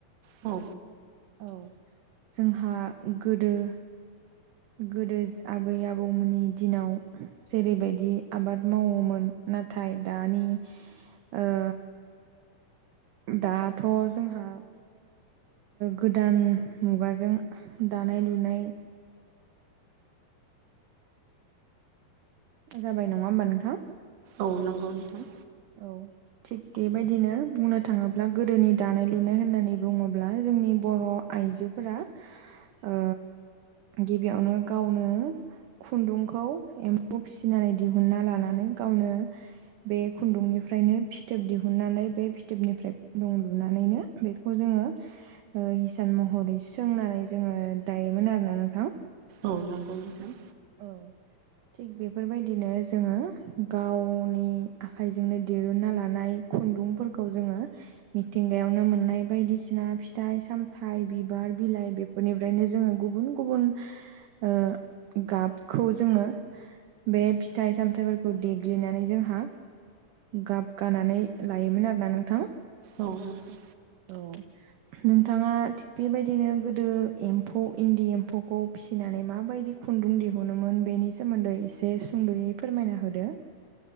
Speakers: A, on the right; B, on the right.
A: औ
B: औ जोंहा गोदो गोदो आबै आबौमोननि दिनाव जेरैबायदि आबाद मावोमोन नाथाय दानि ओ दाथ' जोंहा गोदान मुगाजों दानाय लुनाय जाबाय नङा होनोमबा नोंथां?
A: औ नंगौ नोंथां।
B: औ थिग बेबायदिनो बुंनो थाङोब्ला गोदोनि दानाय लुनाय होननानै बुङोब्ला जोंनि बर' आइजोफोरा ओ गिबियावनो गावनो खुन्दुंखौ एम्फौ फिसिनानै दिहुनना लानानै गावनो बे खुन्दुंनिफ्रायनो फिथोब दिहुननानै बे फिथोबनिफ्राय खुन्दुं लुनानैनो बेखौ जोङो ओ हिसान महरै सोंनानै जोङो दायोमोन आरो ना नोंथां।
A: औ नंगौ नोंथां।
B: औ थिग बेफोरबायदिनो जोङो गावनि आखाइजोंनो दिरुनना लानाय खुन्दुंफोरखौ जोङो मिथिंगायावनो मोननाय बायदिसिना फिथाइ सामथायाइ बिबार बिलाइ बेफोर बेनिफ्रायनो जोङो गुबुन गुबुन ओ गाबखौ जोङो बे फिथाइ सामथायफोरखौ देग्लिनानै जोंहा गाब गानानै लायोमोन आरोना नोंथां
A: औ नंगौ
B: औ नोंथाङा थिग बेबायदिनो गोदो एमफौ इनदि एमफौखौ फिसिनानै माबायदि खुनदुं दिहुनोमोन बेनि सोमोनदै एसे सुंद'यै फोरमायना होदो